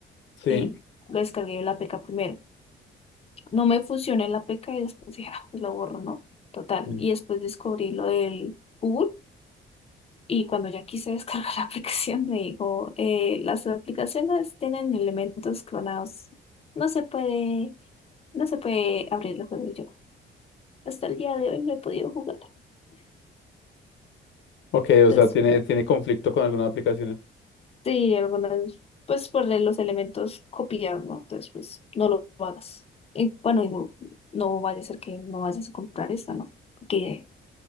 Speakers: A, on the left (about 70°); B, on the left (about 30°).
A: Sí.
B: y lo descargué en la APK primero. No me fusioné en la peca y después dije, ah, pues lo borro, ¿no? Total.
A: Sí.
B: Y después descubrí lo del Google y cuando ya quise descargar <laughs> la aplicación me dijo, eh, las aplicaciones tienen elementos clonados. No se puede, no se puede abrir el juego Y yo. Hasta el día de hoy no he podido jugar.
A: Ok, o
B: Entonces,
A: sea, tiene, tiene conflicto con algunas aplicaciones.
B: sí, algunas, pues por los elementos copiados, ¿no? Entonces, pues no lo hagas. Y bueno, digo, no vaya a ser que no vayas a comprar esta, ¿no? Porque,